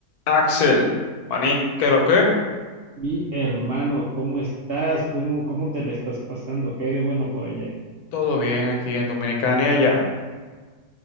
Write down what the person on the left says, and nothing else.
Axel, Manín, ¿qué lo que?
Todo bien aquí en Dominicana y allá.